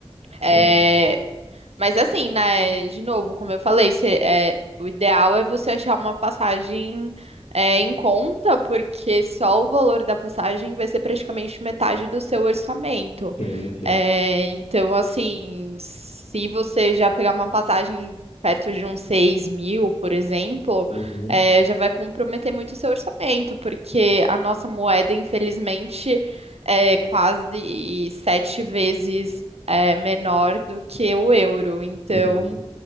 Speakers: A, on the right; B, on the left.
A: É,
B: Uhum,
A: mas assim, né, de novo, como eu falei, cê- é, o ideal é você achar uma passagem é, em conta, porque só o valor da passagem vai ser praticamente metade do seu orçamento.
B: Sim, sim.
A: É, então, assim, se você já pegar uma passagem perto de uns seis mil, por exemplo,
B: Uhum,
A: é, já vai comprometer muito o seu orçamento, porque a nossa moeda, infelizmente, é quase sete vezes é, menor do que o euro. Então,
B: uhum,